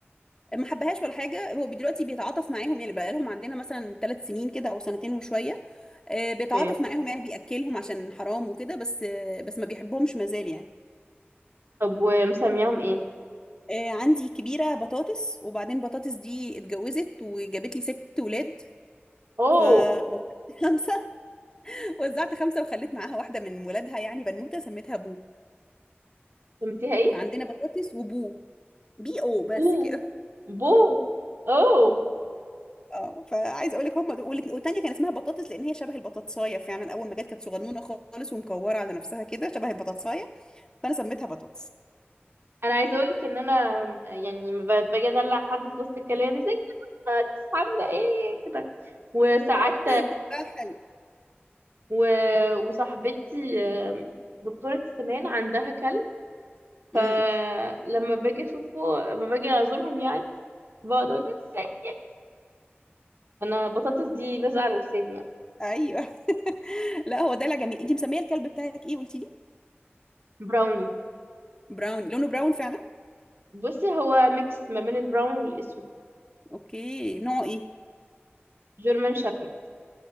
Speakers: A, on the left; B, on the right.
A: ما حبهاش ولا حاجه هو دلوقتي بيتعاطف معاهم يعني بقى لهم عندنا مثلا ثلاث سنين كده او سنتين وشويه آه، بيتعاطف
B: اوكي
A: معاهم يعني بياكلهم عشان حرام وكده بس آه، بس ما بيحبهمش مازال يعني
B: طب ومسمياهم ايه
A: آه، عندي كبيره بطاطس وبعدين بطاطس دي اتجوزت وجابت لي ست ولاد
B: اوه
A: ف <laughs> خمسه وزعت خمسة وخليت معاها واحدة من ولادها يعني بنوتة سميتها بو
B: سميتيها ايه
A: فعندنا بطاطس وبو بي او بس
B: بو
A: كده
B: بو اوه
A: اه فعايزه اقول لك هم دول والت- والتانيه كان اسمها بطاطس لان هي شبه البطاطسايه فعلا اول ما جت كانت صغنونه خالص ومكوره على نفسها كده شبه البطاطسايه فانا سميتها بطاطس
B: انا عايزه اقول لك ان انا آم، يعني ما ب- باجي ادلع حد في وسط الكلام زي كده عامله ايه كده وساعات
A: بقى حلو
B: و... وصاحبتي آم، دكتورة سنان عندها كلب فلما
A: امم
B: باجي اشوفه لما باجي ازورهم يعني بقعد اقول له ازاي انا بطاطس دي لازقة على لساني يعني
A: ايوه <laughs> لا هو دلع جميل انت مسميه الكلب بتاعك ايه قلتي لي
B: براوني
A: براون لونه براون فعلا
B: بصي هو ميكس ما بين البراون والاسود
A: اوكي نوعه ايه
B: جيرمان شابرد